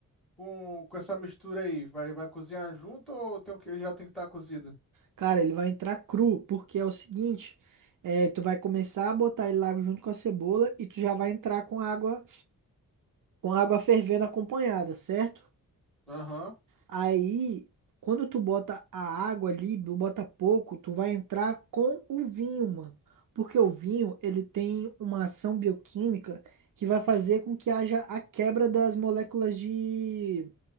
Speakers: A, in the centre; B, on the right (about 65°).
A: com, com essa mistura aí? Vai, vai cozinhar junto ou eu tenho que, ele já tem que estar cozido?
B: Cara, ele vai entrar cru, porque é o seguinte, é, tu vai começar a botar ele lá junto com a cebola e tu já vai entrar com água, com água fervendo acompanhada, certo?
A: Aham.
B: Aí, quando tu bota a água ali, tu bota pouco, tu vai entrar com o vinho, mano. Porque o vinho, ele tem uma ação bioquímica que vai fazer com que haja a quebra das moléculas de,